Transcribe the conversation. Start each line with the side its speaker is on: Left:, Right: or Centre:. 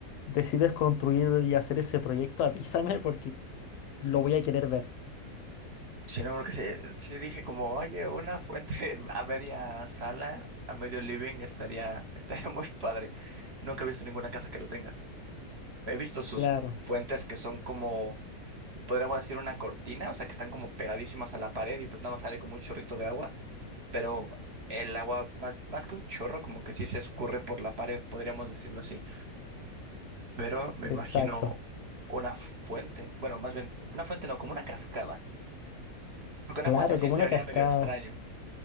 Left: decides construir y hacer ese proyecto, avísame porque lo voy a querer ver.
Right: Sí, no, porque sí, sí dije como, oye, una fuente <laughs> a media sala, a medio living, estaría, <laughs> estaría muy padre. Nunca he visto ninguna casa que lo tenga. He visto sus
Left: Claro,
Right: fuentes que son como, podríamos decir, una cortina, o sea, que están como pegadísimas a la pared y pues nada más sale como un chorrito de agua, pero el agua, más, más que un chorro, como que sí se escurre por la pared, podríamos decirlo así. Pero me
Left: exacto.
Right: imagino una fuente, bueno, más bien, una fuente no, como una cascada, porque una
Left: Claro,
Right: fuente sí
Left: como
Right: se
Left: una
Right: vería
Left: cascada.
Right: medio extraño.